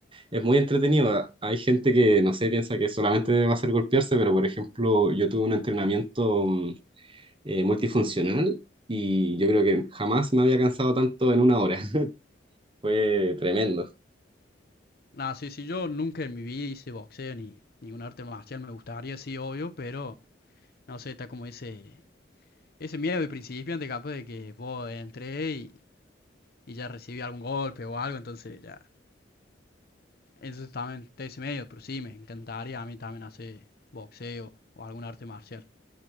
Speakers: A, on the right; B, on the left.
A: es muy entretenido. Ah, Hay gente que, no sé, piensa que solamente va a ser golpearse, pero por ejemplo, yo tuve un entrenamiento mm, eh, multifuncional y yo creo que jamás me había cansado tanto en una hora. <laughs> Fue tremendo.
B: Nada, sí, sí, yo nunca en mi vida hice boxeo ni, ni un arte marcial, me gustaría, sí, obvio, pero no sé, está como ese, ese miedo de principiante capaz de que vos entré y, y ya recibí algún golpe o algo, entonces ya, eso también está ese medio, pero sí, me encantaría a mí también hacer boxeo o algún arte marcial.